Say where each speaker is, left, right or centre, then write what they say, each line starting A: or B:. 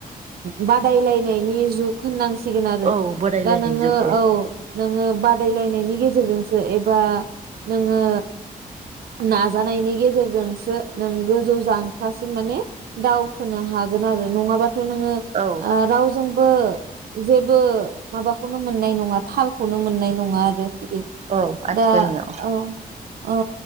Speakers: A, on the right (about 80°); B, on the right (about 45°).
A: बादायलायनायनि जुग होननां सिगोन आरो
B: औ बोरायलायनाय
A: दा नोङो
B: जुग
A: औ। नोङो बादायलायनायनि गेजेरजोंसो एबा नोङो नाजानायनि गेजेरजों जोंसो नों गोजौ जांख्लासिम माने दावखोनो हागोन आरो नङाबाथ' नोङो
B: औ
A: रावजोंबो जेबो माबाखौनो मोननाय नङा थालखौनो मोननाय नङा आरो बिदि
B: औ आथिखालनियाव
A: दा औ अ